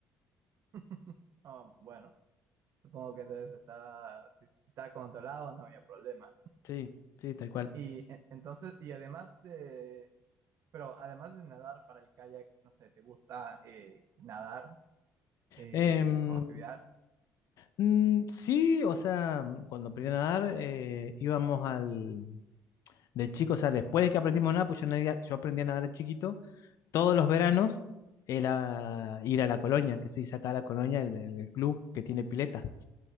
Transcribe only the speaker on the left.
Sí, sí, tal cual.
Em,
Mm, sí, o sea, mm, cuando aprendí a nadar, eh, íbamos al... De chicos, o sea, después de que aprendimos a nadar, pues yo, nadía- yo aprendí a nadar de chiquito, todos los veranos era ir a la colonia, que se dice acá la colonia, el, el- el club que tiene pileta.